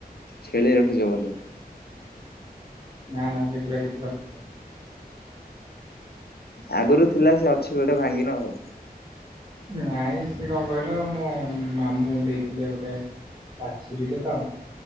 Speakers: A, on the left; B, on the right.
A: ଛେଳି ରଖିଛ ବୋଧେ?
B: ନା ନା ସେଗୁଡା କିଛି ରଖା
A: ଆଗରୁ ଥିଲା ସେ ଅଛି ଗୋଟେ ଭାଙ୍ଗିନ ଆଉ।
B: ନାଇଁ ସିଏ କଣ କହିଲ ମୋ ମାମୁଁ ଦେଇଥିଲେ ଗୋଟେ ବାଛୁରୀଟେ ତ,